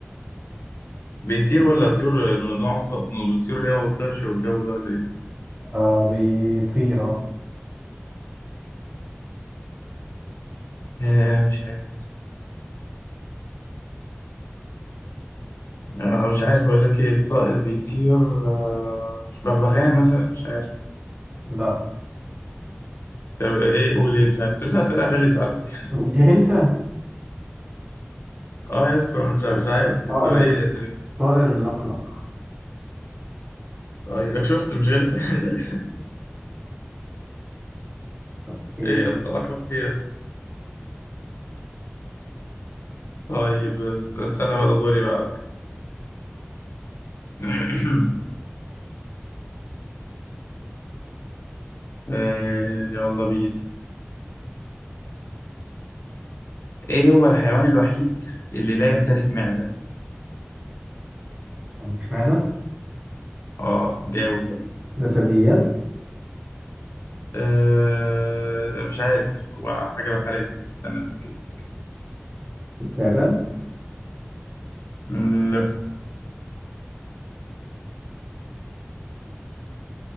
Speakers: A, on the left (about 65°); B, on the right (about 20°).
A: بيطير ولا طيور نوع ط- الطيور اللي هي ما بتطيرش والجو ده ولا ايه؟
B: آه بيطير اه
A: آه، مش عارف آه، مش عارف اقول لك ايه طائر بيطير آه، مش بغبغان مثلا مش عارف
B: لا
A: طب ايه قول ايه مش عارف بس اسئله غلسه على فكره
B: دي غلسة
A: <laughs> اه يس انا مش عارف مش عارف
B: طائر
A: طب ايه طيب.
B: طائر اللقلق
A: ايوه شفت مش غلسه <laughs> غلسه
B: <laughs>
A: ايه يا اسطى لقبك ايه يا اسطى طيب است- استنى بقى ده دوري بقى على فكره <clears throat> آه، يلا بينا ايه هو الحيوان الوحيد اللي لا يمتلك معده
B: مش معنى
A: اه جاوب
B: جسديات
A: أه مش عارف هو حاجة بحرية استنى أتأكد لك
B: استعبان
A: مم،